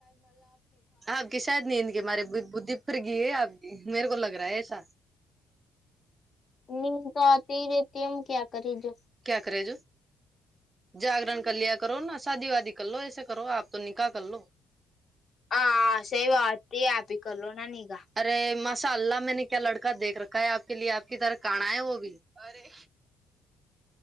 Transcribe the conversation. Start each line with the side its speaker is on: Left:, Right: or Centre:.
Right: آپ کی شاید نیند کے مارے بدھی پھرگئی ہے آپکی میرے کو لگ رہا ہے ایسا
Left: نیند تو آتی ہی رہتی ہے ہم کیاکرے جو
Right: کیا کرےجو جاگرن کر لیا کرونا شادی وادی کر لو ایسا کرو آپ تو نکاح کر لو
Left: <unintelligible>
Right: ارے ماشا اللہ میں نے کیا لڑکا دیکھ رکھا ہے آپ کے لیے آپ کی طرح کانا ہے وہ بھی ارے